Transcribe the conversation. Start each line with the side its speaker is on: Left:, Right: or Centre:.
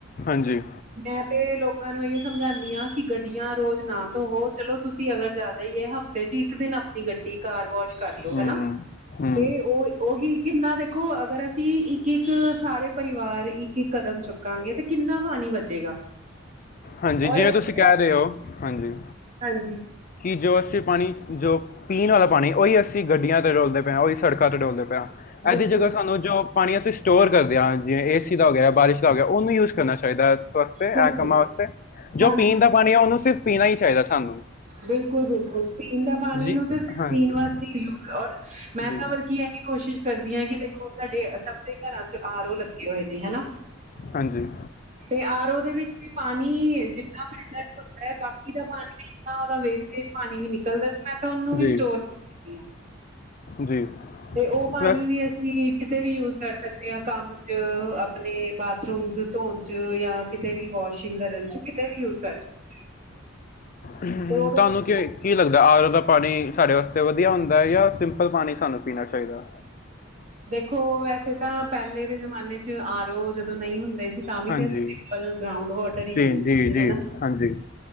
Left: ਹਾਂਜੀ।
Right: ਮੈਂ ਤੇ ਲੋਕਾਂ ਨੂੰ ਏਹੀੳ ਸਮਝਾਂਦੀ ਆ ਕਿ ਗੱਡੀਆਂ ਰੋਜ਼ ਨਾ ਧੋਵੋ, ਚਲੋ ਤੁਸੀ ਅਗਰ ਜਾਦਾ ਈ ਏ ਹਫ਼ਤੇ ਚ ਇਕ ਦਿਨ ਅਪਣੀ ਗੱਡੀ ਘਰ ਵਾਸ਼ ਕਰਲੋ,
Left: ਹੂੰ
Right: ਹੈਨਾ।
Left: ਹੂੰ
Right: ਤੇ ੳ ੳਹੀ ਕਿੰਨਾ ਦੇਖੋ ਅਗਰ ਅਸੀ ਇੱਕ-ਇੱਕ ਸਾਰੇ ਪਰਿਵਾਰ ਇੱਕ- ਇੱਕ ਕਦਮ ਚਕ ਕਾਂਗੇ ਤੇ ਕਿੰਨਾ ਪਾਨੀ ਬਚੇਗਾ।
Left: ਹਾਂਜੀ
Right: ਔਰ
Left: ਜਿਵੇਂ
Right: ਇਹ ਹੂੰ,
Left: ਤੁਸੀਂ ਕੈ ਰਏ ੳ, ਹਾਂਜੀ।
Right: ਹਾਂਜੀ
Left: ਕਿ ਜੋ ਅਸੀ ਪਾਨੀ, ਜੋ ਪੀਨ ਵਾਲਾ ਪਾਨੀ ੳਹੀ ਅਸੀ ਅਸੀ ਗੱਡੀਆਂ ਤੇ ਡੋਲਦੇ ਪਏ ਆਂ, ੳਹੀ ਸੜਕਾਂ ਤੇ ਡੋਲਦੇ ਪੇ ਆਂ
Right: ਬਿਲਕੁਲ
Left: ਏਦੀ ਜਗਾ ਸਾਨੂੰ ਜੋ ਪਾਨੀ ਅਸੀ ਸਟੋਰ ਕਰਦੇ ਆਂ ਜਿਵੇਂ ਏਸੀ ਦਾ ਹੋ ਗਿਆ, ਬਾਰਿਸ਼ ਦਾ ਹੋ ਗਿਆ, ੳਨੂੰ ਯੂਜ ਕਰਨਾ ਚਾਈਦਾ ਏਸ ਵਾਸਤੇ,
Right: ਬਿਲਕੁਲ
Left: ਐਂ ਕੰਮਾਂ ਵਾਸਤੇ, ਜੋ
Right: ਹਾਂਜੀ
Left: ਪੀਨ ਦਾ ਪਾਨੀ ੳਨੂੰ ਸਿਰਫ ਪੀਨਾ ਈ ਚਾਈਦਾ ਸਾਨੂੰ।
Right: ਬਿਲਕੁਲ ਬਿਲਕੁਲ, ਪੀਨ ਦਾ ਪਾਨੀ
Left: ਜੀ
Right: ਨੂੰ ਤੇ ਸਿਰਫ਼
Left: ਹਾਂਜੀ
Right: ਪੀਨ ਵਾਸਤੇ ਯੂਜ ਔਰ ਮੈਂ
Left: ਜੀ
Right: ਤਾਂ ਬਲਕਿ ਏਹ ਵੀ ਕੋਸ਼ਿਸ਼ ਕਰਦੀ ਆਂ ਕਿ ਦੇਖੋ ਸਾਡੇ ਸਭ ਦੇ ਘਰਾਂ ਚ ਆਰੋ ਲੱਗੇ ਹੋਏ ਨੇ ਹੈਨਾ।
Left: ਹਾਂਜੀ
Right: ਤੇ ਆਰੋ ਦੇ ਵਿੱਚ ਪਾਨੀ ਜਿਨਾ ਫਿਲਟਰ ਹੁੰਦਾ, ਬਾਕੀ ਦਾ ਪਾਨੀ ੳਦਾ ਵੇਸਟੇਜ ਪਾਨੀ ਵੀ ਨਿਕਲਦਾ ਤੇ ਮੈਂ ਤਾਂ ੳਨੂੰ ਵੀ
Left: ਜੀ
Right: ਸਟੋਰ ਕਰ ਲੈਨੀ ਆ।
Left: ਜੀ।
Right: ਤੇ ੳਹ ਪਾਨੀ
Left: ਬਸ
Right: ਵੀ ਅ ਅਸੀ ਕਿਤੇ ਵੀ ਯੂਸ ਕਰ ਸਕਦੇ ਆ ਕੰਮ ਚ ਅਪਣੇ ਬਾਥਰੂਮ ਚ ਧੋਣ ਚ ਜਾਂ ਕਿਤੇ ਵੀ ਵਾਸ਼ਿੰਗ ਕਰਨ ਚ ਕਿਤੇ ਵੀ ਯੂਸ ਕਰ ਸਕਦੇ
Left: ਹੂੰ,
Right: ਤੇ ਉਹਦੇ
Left: ਤੁਹਾਨੂੰ
Right: ਨਾਲ
Left: ਕਿ ਲੱਗਦਾ ਆਰੋ ਦਾ ਪਾਨੀ ਸਾਡੇ ਵਾਸਤੇ ਵਧੀਆ ਹੁੰਦਾ ਏ ਜਾਂ ਸਿੰਪਲ ਪਾਨੀ ਸਾਨੂੰ ਪੀਨਾ ਚਾਈਦਾ।
Right: ਦੇਖੋ ਵੈਸੇ ਤਾਂ ਪੈਲੇ ਦੇ ਜਮਾਨੇ ਚ ਆਰੋ ਜਦੋਂ ਨਈ ਹੁੰਦੇ ਸੀ ਤਾਂ ਵੀ
Left: ਹਾਂਜੀ
Right: ਤੇ ਅਸੀ ਸਿੰਪਲ ਗਰਾਉਂਡ ਵਾਟਰ ਈ
Left: ਜੀ
Right: ਪੀਂਦੇ
Left: ਜੀ
Right: ਸੀਗੇ
Left: ਜੀ
Right: ਨਾ।
Left: ਹਾਂਜੀ